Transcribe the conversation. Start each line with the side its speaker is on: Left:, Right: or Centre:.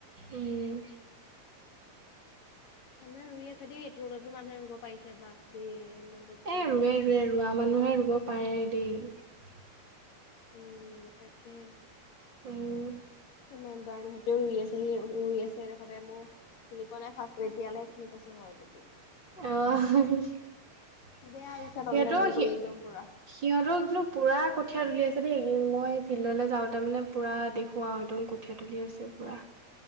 Right: উম।
Left: মানুহে ৰুই আছে দেই এইটো ৰ'দতো মানুহে ৰুব পাৰিছে বাপৰে। মনটো একদম
Right: এ ৰুৱে-ৰুৱে ৰোৱা মানুহে ৰুব পাৰে দেই।
Left: উম, তাকে।
Right: উম।
Left: মেম্বাৰ <unintelligible> হতেও আছে সি ই আছে খতে মই চিনি পোৱা নাই ফাৰ্ষ্ট এতিয়ালে চিনি পাইছো মই। <inaudible>
Right: অ'। সিহঁতৰ
Left: বেয়া ৰুইছে তললে মূৰ কৰি
Right: সি
Left: একদম পুৰা।
Right: সিহঁতৰ কিন্তু পুৰা কঠীয়া তুলি আছে দেই মই ফিল্ডলৈ যাওঁতে মানে পুৰা দেখো একদম কঠীয়া তুলি আছে পুৰা।